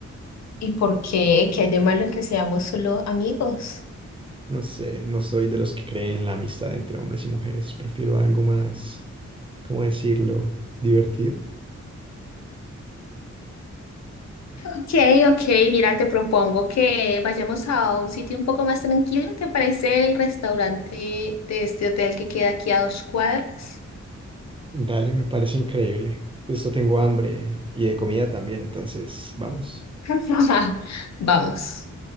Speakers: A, on the left; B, on the right.
A: ¿Y por qué? ¿Qué hay de malo en que seamos solo amigos?
B: No sé, no soy de los que creen la amistad entre hombres y mujeres. Prefiero algo más, ¿cómo decirlo? Divertido.
A: Ok, ok, mira, te propongo que vayamos a un sitio un poco más tranquilo. ¿Te parece el restaurante de este hotel que queda aquí a dos cuadras?
B: Dale, me parece increíble. Justo tengo hambre y de comida también, entonces, vamos.
A: <laughs> Vamos.